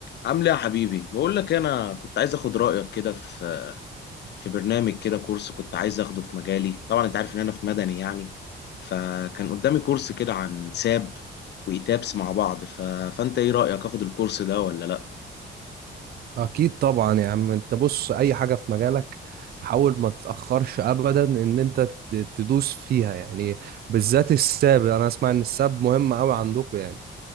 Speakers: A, on the left; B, on the right.
A: عامل ايه يا حبيبي بقول لك إيه، انا كنت عايز اخد رايك كده في في برنامج كده كورس كنت عايز اخده في مجالي طبعا انت عارف ان انا في مدني يعني فكان قدامي كورس كده عن ساب وايتابس مع بعض ف... فانت ايه رايك اخد الكورس ده ولا لا
B: اكيد طبعا يا عم انت بص اي حاجه في مجالك حاول ما تتاخرش ابدا ان انت ت- تدوس فيها يعني بالذات الساب انا اسمع ان الساب مهم قوي عندكم يعني